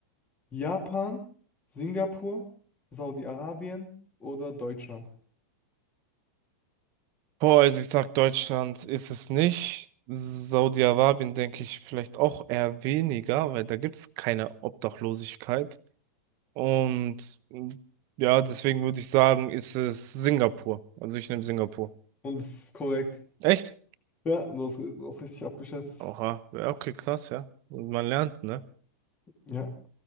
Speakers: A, on the left; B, on the right.
A: Japan, Singapur, Saudi-Arabien oder Deutschland?
B: Boah, also ich sag, Deutschland ist es nicht. Saudi-Arabien denke ich vielleicht auch eher weniger, weil da gibt es keine Obdachlosigkeit. Und mh, ja, deswegen würde ich sagen, ist es Singapur. Also ich nehme Singapur.
A: Und es ist korrekt.
B: Echt?
A: Ja, du hast, du hast richtig abgeschätzt.
B: Oha. Ja, okay, krass, ja. Und man lernt, ne?
A: Ja.